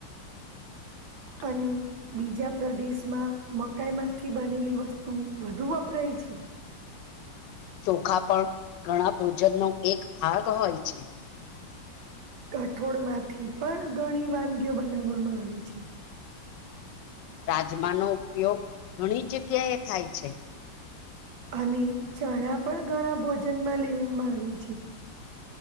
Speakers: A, on the left; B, on the right.
A: <inaudible>
B: અને બીજા પ્રદેશમાં મકાઈમાંથી બનેલી વસ્તુ વધુ વપરાય છે. <unintelligible>
A: ચોખા પણ ઘણા ભોજનનો એક ભાગ હોય છે.
B: કઠોળમાંથી પણ ઘણી વાનગીઓ બનાવામાં આવે છે.
A: રાજમાનો ઉપયોગ ઘણી જગ્યા એ થાય છે.
B: અને ચણા પણ ઘણા ભોજનમાં લેવામાં આવે છે.